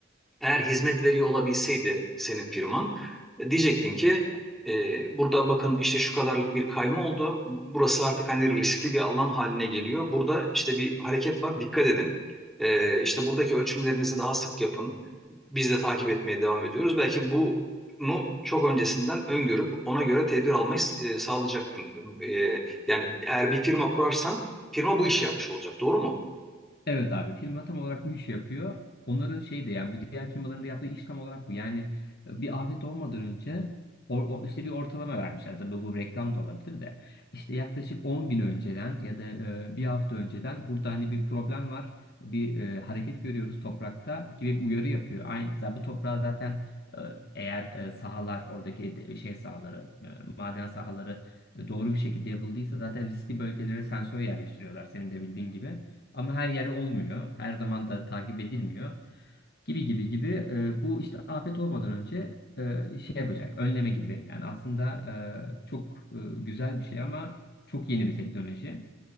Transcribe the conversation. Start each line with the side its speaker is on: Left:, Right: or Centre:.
Centre: eğer hizmet veriyor olabilseydi senin firman e, diyecektin ki e, burada bakın işte şu kadarlık bir kayma oldu. Burası artık hani riskli bir alan haline geliyor. Burada işte bir hareket var dikkat edin. E, işte buradaki ölçümlerinizi daha sık yapın. Biz de takip etmeye devam ediyoruz. Belki bunu çok öncesinden öngörüp ona göre tedbir almayı e, sağlayacaktın. E, yani eğer bir firma kurarsan firma bu işi yapmış olacak doğru mu?
Left: Evet abi firma tam olarak bu işi yapıyor. Onların şey de yani bu diğer firmaların da yaptığı iş tam olarak bu. Yani e, bir afet olmadan önce or, o- işte bir ortalama vermişler. Tabii bu reklam da olabilir de. İşte yaklaşık 10 gün önceden ya da e, bir hafta önceden burada hani bir problem var. Bir e, hareket görüyoruz toprakta gibi bir uyarı yapıyor. Aynı, zaten bu toprağa zaten e, eğer e, sahalar oradaki de- şey sahaları e, maden sahaları e, doğru bir şekilde yapıldıysa zaten riskli bölgelere sensör yerleştiriyorlar senin de bildiğin gibi. Ama her yer olmuyor. Her zaman da takip edilmiyor. Gibi gibi gibi. E, bu işte afet olmadan önce e, şey yapacak. Önleme gibi. Yani aslında e, çok e, güzel bir şey ama çok yeni bir teknoloji.